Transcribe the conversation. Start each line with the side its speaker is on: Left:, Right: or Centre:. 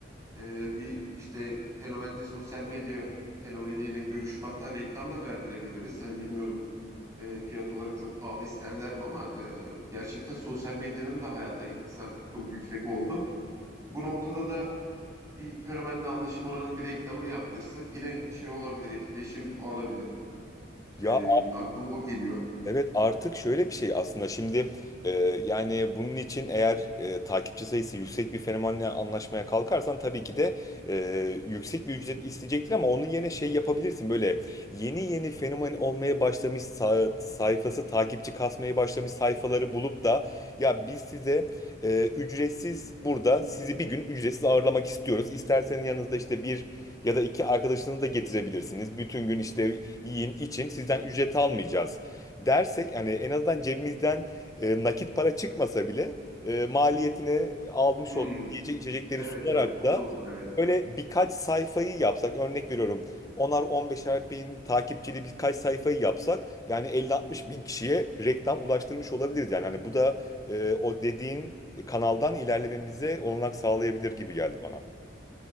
Right: e, bir işte fenomenle sosyal medya fenomeniyle görüşüp hatta reklam da verdirebiliriz. Hani bilmiyorum e, fiyat olarak çok pahalı isterler mi ama e, gerçekten sosyal medyanın da hayata etkisi artık çok yüksek oldu. Bu noktada da bir fenomenle anlaşıp oranın bir reklamını yaptırsak yine şey olabilir, etkileşim alabilir. E,
Left: Ya
Right: aklıma o geliyor.
Left: Evet artık şöyle bir şey aslında şimdi e, yani bunun için eğer e, takipçi sayısı yüksek bir fenomenle anlaşmaya kalkarsan tabii ki de e, yüksek bir ücret isteyecektir ama onun yerine şey yapabilirsin böyle yeni yeni fenomen olmaya başlamış sa- sayfası takipçi kasmaya başlamış sayfaları bulup da ya biz size e, ücretsiz burada sizi bir gün ücretsiz ağırlamak istiyoruz. İsterseniz yanınızda işte bir ya da iki arkadaşınızı da getirebilirsiniz. Bütün gün işte yiyin için sizden ücret almayacağız dersek hani en azından cebimizden e, nakit para çıkmasa bile e, maliyetini almış
Right: Hmm,
Left: olduğumuz yiyecek içecekleri
Right: evet
Left: sunarak
Right: evet o
Left: da
Right: da olur evet.
Left: Böyle birkaç sayfayı yapsak örnek veriyorum 10'ar 15'er bin takipçili birkaç sayfayı yapsak yani 50-60 bin kişiye reklam ulaştırmış olabiliriz. Yani hani bu da e, o dediğin kanaldan ilerlememize olanak sağlayabilir gibi geldi bana.